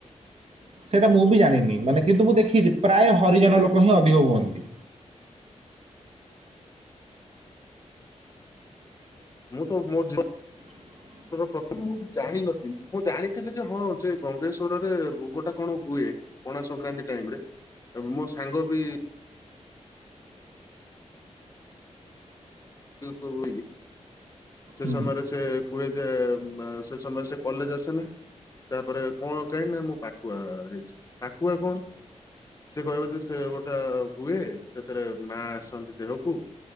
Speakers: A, on the right (about 55°); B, on the left (about 30°).
A: ସେଇଟା ମୁଁ ବି ଜାଣିନି ମାନେ କିନ୍ତୁ ମୁଁ ଦେଖିଛି ପ୍ରାୟ ହରିଜନ ଲୋକ ହିଁ ଅଧିକ ହୁଅନ୍ତି।
B: ମୁଁ ତ ମୋ ଜ
A: ହଁ।
B: ପ୍ରଥମେ ମୁଁ ବି ଜାଣିନଥିଲି ମୁଁ ଜାଣିଥିଲି ଯେ ହଁ ଯେ ଗଙ୍ଗେଶ୍ଵରରେ ରୋଗ ଟା କଣ ହୁଏ? ପଣା ସଂକ୍ରାନ୍ତି ଟାଇମ ରେ ମୋ ସାଙ୍ଗ ବି କି ସେ
A: ହୁଁ
B: ସମୟରେ ସେ କୁହେ ଯେ ସେ ସମୟ ସେ କଲେଜ ଆସେ ନା ତାପରେ କଣ କାହିଁି ନା ମୁଁ ପାଟୁଆ ହେଇଛି ପାଟୁଆ କଣ ସେ କହିବ ଯେ ସେ ଗୋଟେ ହୁଏ ସେଥିରେ ମା ଆସନ୍ତି ଦେହକୁ